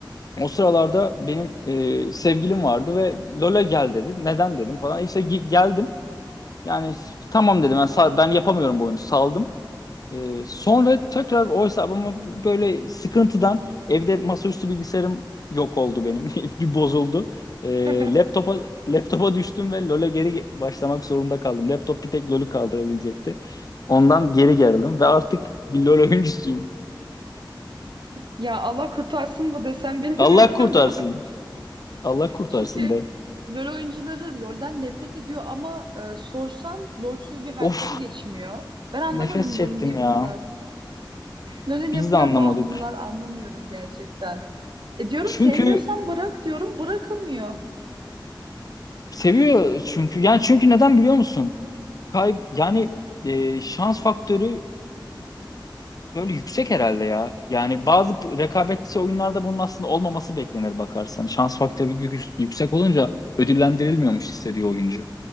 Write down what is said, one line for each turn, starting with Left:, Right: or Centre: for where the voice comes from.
Left: o sıralarda benim e, sevgilim vardı ve LoL'e gel dedi. Neden dedim falan. İşte gi- geldim. Yani tamam dedim ben, sal- ben yapamıyorum bu oyunu saldım. Ee, sonra tekrar o hesabıma böyle sıkıntıdan evde masaüstü bilgisayarım yok oldu benim. <laughs> Bir bozuldu. Ee,
Right: <laughs>
Left: laptopa laptopa düştüm ve LoL'e geri ge- başlamak zorunda kaldım. Laptop bir tek LoL'ü kaldırabilecekti. Ondan geri geldim ve artık bir LoL oyuncusuyum.
Right: Ya Allah kurtarsın bu desem bilemedim.
Left: Allah kurtarsın.
Right: <laughs>
Left: Allah kurtarsın
Right: Çünkü
Left: de.
Right: LoL oyuncuları LoL'den nefret ediyor ama e, sorsan LoL'süz bir hayatları
Left: Of,
Right: geçmiyor. Ben anlamadım
Left: nefes çektim
Right: LoL'ün niye
Left: ya.
Right: bu kadar LoL'e niye
Left: Biz
Right: bu kadar
Left: de anlamadık.
Right: bağımlılar anlamıyorum gerçekten. E diyorum
Left: Çünkü
Right: sevmiyorsan bırak diyorum bırakamıyor.
Left: seviyor çünkü. Yani çünkü neden biliyor musun? Kay yani e, şans faktörü böyle yüksek herhalde ya. Yani bazı p- rekabetçi oyunlarda bunun aslında olmaması beklenir bakarsan. Şans faktörü yük- yüksek olunca ödüllendirilmiyormuş hissediyor oyuncu.